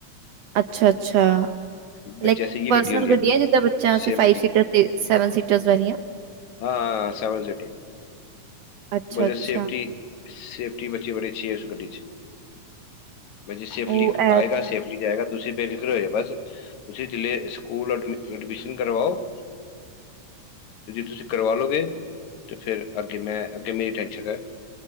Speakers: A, on the right; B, on the left.
A: ਅੱਛਾ-ਅੱਛਾ
B: ਬੱਚੇ
A: ਲਾਈਕ
B: ਸੀ ਇਹ
A: ਪਰਸਨਲ
B: ਗੱਡੀ ਹੁੰਦੀ
A: ਗੱਡੀਐ
B: ਹੈ ਫਿਰ
A: ਜਿੱਦਾਂ ਬੱਚਾ
B: ਸੇਫਟੀ
A: ਅਸੀਂ ਫਾਈਵ ਸੀਟਰ ਸੈਵਨ ਸ ਸੀਟਰਸ ਵਾਲੀਆਂ।
B: ਹਾਂ ਸੇਵਨ ਸੀਟਰ,
A: ਅੱਛਾ
B: ਬਜਟ
A: ਅੱਛਾ
B: ਸੇਫਟੀ ਸੇਫਟੀ ਬੱਚੀ ਬੜੀ ਅੱਛੀ ਐ ਉਸ ਗੱਡੀ ਚ ਬੱਚਾ ਸੇਫਲੀ
A: ਉਹ ਐ
B: ਆਏਗਾ ਸੇਫਲੀ ਜਾਏਗਾ ਤੁਸੀਂ ਬੇਫਿਕਰ ਹੋਏ ਹੋਕੇ ਬਸ ਤੁਸੀ ਜੇ ਸਕੂਲ ਐਡਮਿਸ਼ਨ ਕਰਵਾਓ। ਜੇ ਤੁਸੀਂ ਕਰਵਾ ਲੋਗੇ ਤਾਂ ਫੇਰ ਅੱਗੇ ਮੈਂ ਅੱਗੇ ਮੇਰੀ ਟੈਂਸ਼ਨ ਐ।